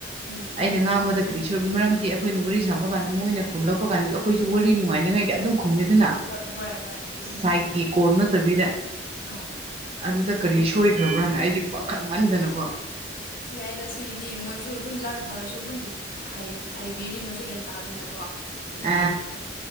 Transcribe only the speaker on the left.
ꯎꯝ ꯎꯝ
ꯍꯣꯏ ꯍꯣꯏ ꯍꯣꯏ ꯍꯣꯏ
ꯑꯥꯎ
ꯌꯥꯏꯗ ꯁꯤꯗꯤ ꯃꯣꯏꯁꯨ ꯑꯗꯨꯝ ꯂꯥꯟꯅ ꯈꯜꯂꯁꯨ ꯑꯗꯨꯝ ꯍꯥꯢ ꯍꯥꯏꯕꯤꯔꯤ ꯃꯣꯏꯁꯨ ꯒ꯭ꯌꯥꯟ ꯇꯥꯅꯤꯅ